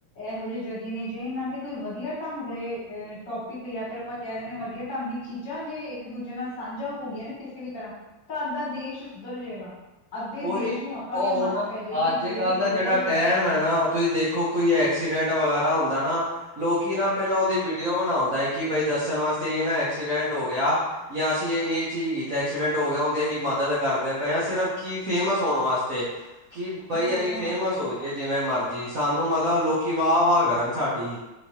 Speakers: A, on the left; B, on the right.
A: ਇਹੋ ਜਿਹੇ ਜ਼ਰੀਏ ਨੇ, ਜੇ ਇਹਨਾਂ ਤੇ ਕੋਈ ਵਧੀਆ ਢੰਗ ਦੇ ਅ ਟੋਪਿਕ, ਜਾਂ ਫਿਰ ਆਪਾਂ ਕਹਿ ਦੇਦੇ ਹਾਂ ਵਧੀਆ ਢੰਗ ਦੀ ਚੀਜ਼ਾਂ ਜੇ ਇੱਕ ਦੂਜੇ ਨਾਲ ਸਾਂਝਾ ਹੋਗੀਆਂ ਨਾ ਕਿਸੇ ਵੀ ਤਰ੍ਹਾਂ, ਤਾਂ ਅੱਧਾ ਦੇਸ਼ ਸੁਧਰ ਜਾਏਗਾ। ਅੱਧੇ
B: ਉਹੀ,
A: ਦੇਸ਼ ਨੂੰ ਅਕਲ
B: ਉਹ
A: ਜਾਂ ਮੱਤ
B: ਹੁਣ ਨਾ
A: ਪੈ ਜਾਏਗੀ
B: ਅੱਜ
A: ਜਿਹੜੇ
B: ਕੱਲ ਦਾ
A: ਵਿਗੜੇ
B: ਜਿਹੜਾ
A: ਹੋਏ
B: ਟੈਮ
A: ਆ
B: ਹੈ ਨਾ ਤੁਸੀਂ ਦੇਖ ਦੇਖੋ ਕੋਈ ਐਕਸੀਡੈਂਟ ਵਗੈਰਾ ਹੁੰਦਾ ਨਾ ਲੋਕੀ ਨਾ ਪਹਿਲਾਂ ਉਹਦੀ ਵੀਡੀਓ ਬਣਾਉਂਦਾ, ਕਿ ਬਈ ਦੱਸਣ ਵਾਸਤੇ ਇਹ ਨਾ ਐਕਸੀਡੈਂਟ ਹੋ ਗਿਆ। ਜਾਂ ਅਸੀਂ ਇਹ ਇਹ ਚੀਜ਼ ਕੀਤਾ ਐਕਸੀਡੈਂਟ ਹੋ ਗਿਆ, ਉਹਦੀ ਅਸੀਂ ਮਦਦ ਕਰਦੇ ਪਏ ਹਾਂ ਸਿਰਫ ਕੀ ਫੇਮਸ ਹੋਣ ਵਾਸਤੇ, ਕਿ ਬਾਈ
A: ਮਸ਼ਹੂਰ
B: ਅਸੀਂ
A: ਹੋਣ
B: ਫੇਮਸ
A: ਵਾਸਤੇ
B: ਹੋ ਜਾਈਏ। ਜਿਵੇਂ ਮਰਜੀ ਸਾਨੂੰ ਮਤਲਬ ਲੋਕੀ ਵਾਹ ਵਾਹ ਕਰਨ ਸਾਡੀ।